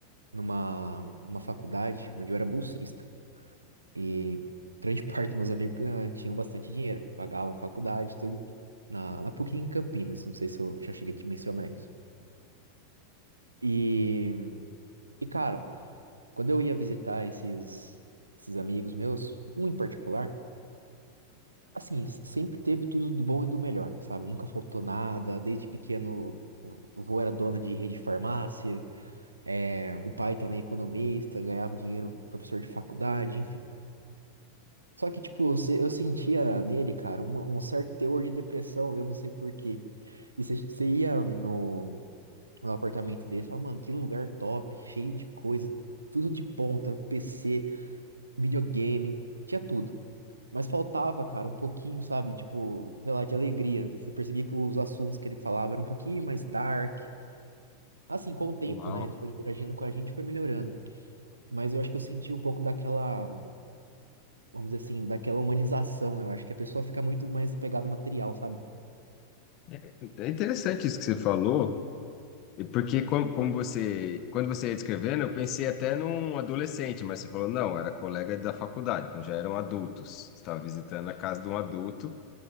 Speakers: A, on the right; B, on the left.
A: numa, numa faculdade onde eu era bolsista. E grande <laughs> parte dos meus amigos eh, tinham bastante dinheiro. Pagavam faculdade, e tudo. Na, na PUC em Campinas. Não sei se eu já cheguei a te mencionar isso. E, e cara. Quando eu ia visitar esses, esses amigos meus, um em particular, assim, s- sempre teve tudo do bom e do melhor, sabe? Nunca faltou nada, desde pequeno o o avô era dono de rede de farmácia, é, o pai também economista, ganhava dinheiro, professor de faculdade, enfim. Só que, tipo, se- eu sentia nele, cara, uma- um certo teor de depressão, eu não sei por quê. E você você ia no, no apartamento dele e falava, mano, que lugar top, cheio de coisa, tudo de ponta, PC. videogame, tinha tudo. Mas faltava, cara, um pouquinho, sabe? Tipo, sei lá, de alegria. Você percebia que os assuntos que ele falava eram um pouquinho mais dark. Assim, com o tempo,
B: Uau.
A: né? Ele foi interagindo com a gente, e foi melhorando. Mas eu acho que eu senti um pouco daquela, vamos dizer assim, daquela humanização. Eu acho que a pessoa fica muito mais apegada ao material, sabe?
B: É é interessante isso que você falou, e porque como, como você, quando você ia descrevendo, eu pensei até num adolescente, mas você falou, não, era colega da faculdade, então já eram adultos. Você estava visitando a casa de um adulto